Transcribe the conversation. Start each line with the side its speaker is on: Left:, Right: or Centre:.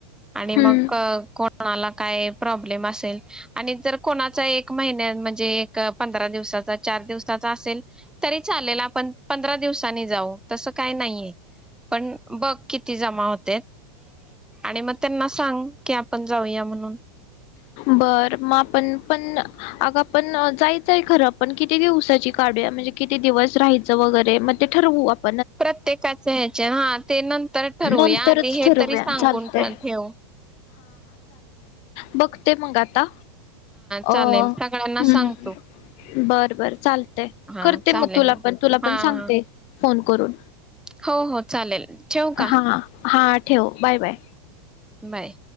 Centre: आणि मग
Left: हम्म
Centre: कोणाला काय प्रॉब् ब्लेम असेल आणि जर कोणाचा एक महिन्या म्हणजे एक पंधरा दिवसाचा, चार दिवसाचा असेल तरी चालेल आपण पंधरा दिवसांनी जाऊ तसं काही नाहीये. पण बघ किती जमा होतात आणि मग त्यांना सांग कि आपण जाऊया म्हणून.
Left: बर -मग आपण पण -अग पण जायचंय खरं आपण कि ती दिवसाची काढूया, म्हणजे किती दिवस राहायचं वगैरे म ते ठरवू आप
Centre: प्रत्येकाचे ह्याचे हा ते नंतर ठरवूया
Left: नंतरच
Centre: आधी हे
Left: ठरवूया
Centre: तरी सांगून
Left: चालतंय.
Centre: टाकू.
Left: बघ ते मग आता-
Centre: चालेल
Left: अ
Centre: सगळ्यांना
Left: हम्
Centre: सांगतो
Left: -बर-बर चालतय
Centre: हा
Left: करते
Centre: चालेल
Left: मग तुला पण, तुला
Centre: हा
Left: पण सांगते.
Centre: हा
Left: फोन करून
Centre: हो हो चालेल ठेवू का?
Left: हा हा ठेव बाय-बाय.
Centre: बाय.